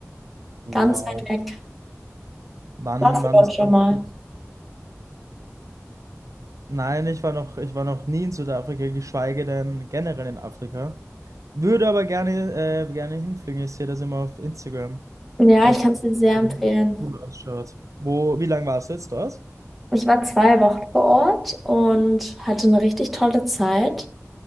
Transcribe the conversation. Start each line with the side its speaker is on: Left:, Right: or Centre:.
Right: Wow.
Centre: ganz weit weg.
Right: Wann,
Centre: Warst
Right: wann
Centre: du dort
Right: bist
Centre: schon mal?
Right: du? Nein, ich war noch, ich war noch nie in Südafrika, geschweige denn generell in Afrika. Würde aber gerne, äh, gerne hinfliegen. Ich sehe das immer auf Instagram,
Centre: Ja,
Right: dass
Centre: ich kann
Right: das
Centre: es dir sehr empfehlen.
Right: gut ausschaut. Wo, wie lange warst du jetzt dort?
Centre: Ich war zwei Wochen vor Ort und hatte eine richtig tolle Zeit.